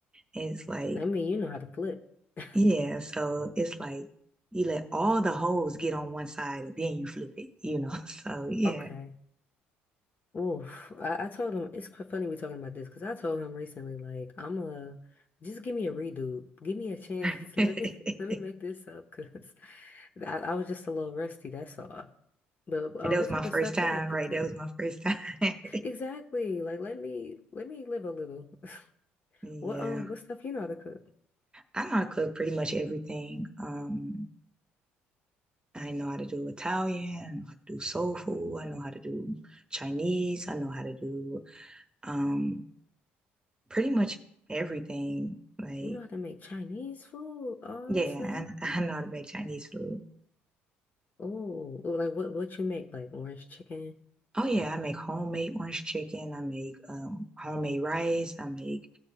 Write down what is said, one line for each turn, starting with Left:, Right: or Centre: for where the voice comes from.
Right: it's like,
Left: I mean, you know how to flip. <laughs>
Right: yeah, so it's like you let all the holes get on one side and then you flip it, you know. <laughs> So yeah.
Left: Okay. Oof. I, I told him it's cr- funny we talking about this because I told him recently, like, I'm a just give me a redo, give me a chance.
Right: <laughs>
Left: <laughs> Let me let me make this up because <laughs> I, I was just a little rusty. That's all. But um,
Right: That was
Left: what
Right: my
Left: type
Right: first
Left: of stuff
Right: time,
Left: you like to
Right: right?
Left: cook?
Right: That was my first time. <laughs>
Left: Exactly. Like, let me let me live a little. <laughs>
Right: Yeah.
Left: What um, what stuff you know how to cook?
Right: I know how to cook pretty much everything. Um I know how to do Italian, I know how to do soul food, I know how to do Chinese, I know how to do um pretty much everything. Like,
Left: You know how to make Chinese food? Oh
Right: yeah,
Left: snap!
Right: and <laughs> I know how to make Chinese food.
Left: Oh, like what what you make? Like orange chicken?
Right: Oh yeah, I make homemade orange chicken, I make um homemade rice, I make